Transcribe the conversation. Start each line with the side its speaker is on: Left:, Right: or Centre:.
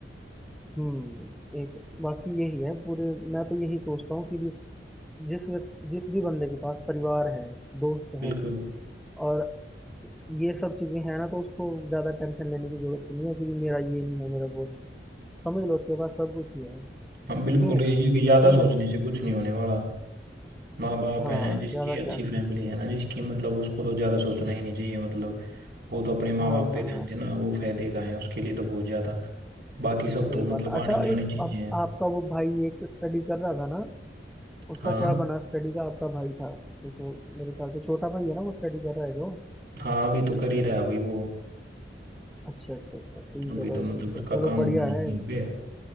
Centre: हम्म एक बाकी यही है पूरे मैं तो यही सोचता हूँ कि जिस जिस व्यक्ति जिस भी बंदे के पास परिवार है दोस्त
Right: बिल्कुल
Centre: हैं और ये सब चीजें हैं ना तो उसको ज्यादा टेंशन लेने की जरूरत तो नहीं है कि मेरा ये नहीं है मेरा वो नहीं है। समझ लो उसके पास सब कुछ ही है क्यों
Right: हम बिल्कुल ये
Centre: सही
Right: कि ज्यादा
Centre: है
Right: सोचने
Centre: ना
Right: से कुछ नहीं होने वाला माँ बाप
Centre: हाँ
Right: हैं जिसकी
Centre: ज्यादा
Right: अच्छी
Centre: क्या
Right: फैमिली है ना जिसकी मतलब उसको तो ज्यादा सोचना ही नहीं चाहिए मतलब वो तो अपने माँ
Centre: हाँ
Right: बाप पे
Centre: हाँ
Right: ध्यान
Centre: हाँ
Right: देना वो फायदे का है उसके लिए तो बहुत ज्यादा बाकी सब
Centre: सही
Right: तो
Centre: बात
Right: मतलब
Centre: है
Right: आनी
Centre: अच्छा
Right: जानी
Centre: एक
Right: चीजें
Centre: अब
Right: हैं
Centre: आपका वो भाई एक स्टडी कर रहा था ना उसका
Right: हाँ
Centre: क्या बना स्टडी का आपका भाई था तो मेरे ख्याल से छोटा भाई है ना वो स्टडी कर रहा है जो
Right: हाँ अभी तो कर ही रहा है भाई वो
Centre: अच्छा अच्छा अच्छा ठीक
Right: अभी
Centre: है भाई
Right: तो मतलब
Centre: ठीक
Right: उसका
Centre: है चलो
Right: काम
Centre: बढ़िया
Right: हुआ नहीं कहीं
Centre: है
Right: पे